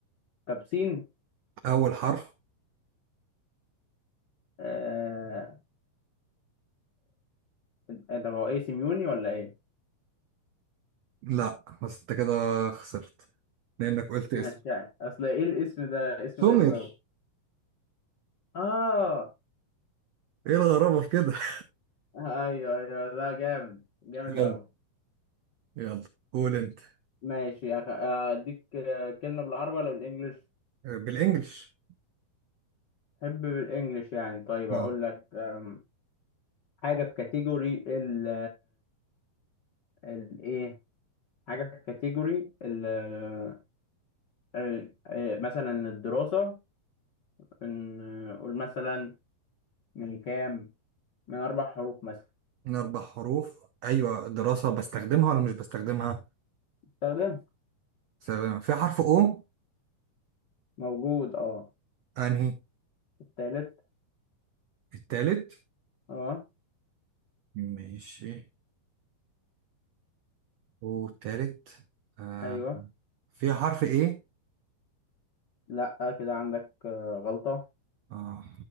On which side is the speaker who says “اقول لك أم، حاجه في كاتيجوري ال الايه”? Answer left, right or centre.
Left